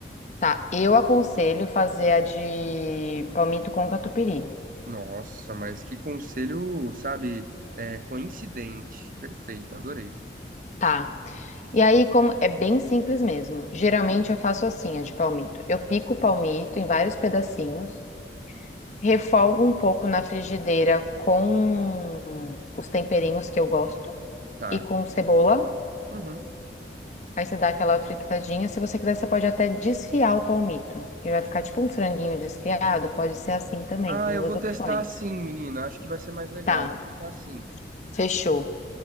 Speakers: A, on the left; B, on the right.
A: Tá. Eu aconselho fazer a de palmito com catupiry.
B: Nossa, mas que conselho, sabe? É, coincidente. Perfeito, adorei.
A: Tá. E aí, como é bem simples mesmo. Geralmente eu faço assim, a de palmito. Eu pico o palmito em vários pedacinhos, refolgo um pouco na frigideira com os temperinhos que eu gosto
B: Tá.
A: e com cebola.
B: Uhum.
A: Aí você dá aquela fritadinha. Se você quiser, você pode até desfiar o palmito, que vai ficar tipo um franguinho desfiado. Pode ser assim também,
B: Ah,
A: tem
B: eu
A: duas
B: vou
A: opções.
B: testar assim, menina. Acho que vai ser mais legal.
A: Tá,
B: Vou testar assim.
A: fechou.